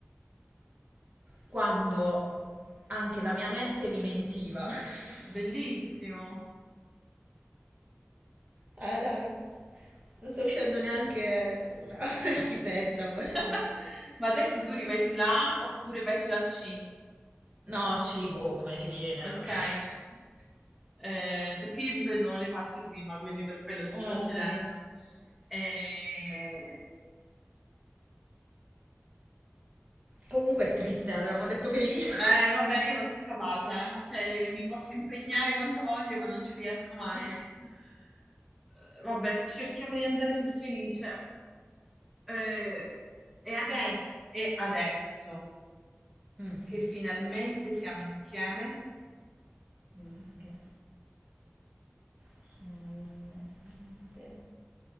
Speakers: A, on the right (about 35°); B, in the centre.
A: quando anche la mia mente mi mentiva. <laughs>
B: bellissimo.
A: Ah, dai, non sto uscendo neanche una, <laughs> una schifezza,
B: <laughs>
A: forse.
B: Ma adesso tu rivai sulla A oppure vai sulla C?
A: No, cibo, come ci viene.
B: Okay.
A: <laughs>
B: Ehm, perché io di solito non le faccio in rima, quindi per quello ti
A: Ah,
B: sto chiedendo.
A: ok.
B: Ehm
A: Comunque è triste, avevamo detto felice.
B: Eh, vabbè, io non so capace, eh. Cioè, mi posso impegnare quanto voglio, ma non ci riesco mai.
A: <laughs>
B: Eh, Vabbè, cerchiamo di andare sul felice. Eh, e adesso, e adesso
A: Mm.
B: che finalmente siamo insieme,
A: Mm, Che finalmente